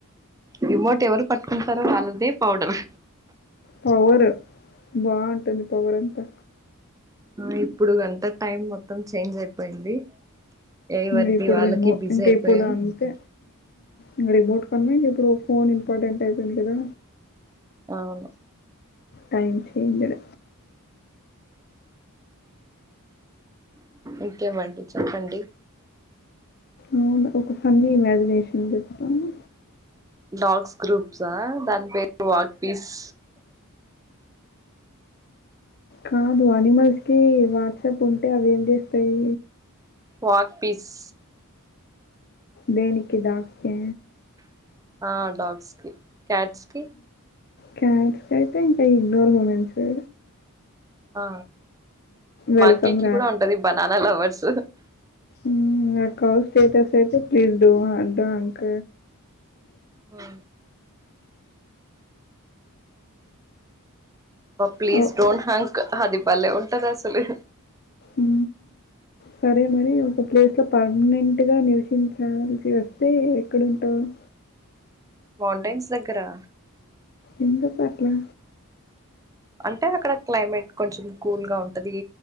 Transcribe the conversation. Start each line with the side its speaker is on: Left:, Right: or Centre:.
Right: రిమోట్ ఎవరు పట్టుకుంటారో వాళదే పౌడరు
Left: పవర్ బాగుంటుంది పవర్ అంతా
Right: ఆ ఇప్పుడు అంతా టైం మొత్తం చేంజ్ అయిపోయింది ఎవరిది
Left: ఇంగ ఇప్పుడు
Right: వాళ్ళకి
Left: రిమోట్
Right: బిజీ
Left: ఇంకా
Right: అయిపోయాం
Left: ఇప్పుడు అంతే ఇంగ రిమోట్ కన్నా ఇంక ఇప్పుడు ఫోన్ ఇంపార్టెంట్ అయిపోయింది కదా
Right: అవును
Left: టైమ్ చెంజ్డ్
Right: ఇంకేమండి చెప్పండి
Left: అవును ఒక ఫన్నీ ఇమాజినేషన్ చెప్తాను
Right: డాగ్స్ గ్రూప్సా దాని పేరు వాటిస్
Left: కాదు అనిమల్స్ కి వాట్సాప్ ఉంటే అవి ఏం చేస్తాయి
Right: వాక్పీీస్
Left: దేనికి దాస్తే
Right: ఆ డాగ్స్ కి క్యాట్స్ కి
Left: క్యాట్స్ కయితే ఇంకా ఇగనోర్ మూమెంట్సు
Right: ఆ
Left: వెల్కమ్
Right: మాంకికి కూడా ఉంటది బనానా లవర్స్
Left: మ్ ఇంగ కావ్ స్టేటస్ అయితే ప్లీస్ డు ఆ గ అంక
Right: ఆ బ ప్లీజ్
Left: ఓ
Right: డోంట్ హంక్ హది బలే ఉంటది అసలు
Left: ఊ సరే మరి ఒక ప్లేస్ లో పర్మనెంట్ గా నివసించాల్సి వస్తే ఎక్కడుంటావు వు
Right: మాౌంటైన్స్ దగ్గరా
Left: ఎందుకట్లా
Right: అంటే అక్కడ క్లైమేట్ కొంచెం కూల్ గా ఉంటది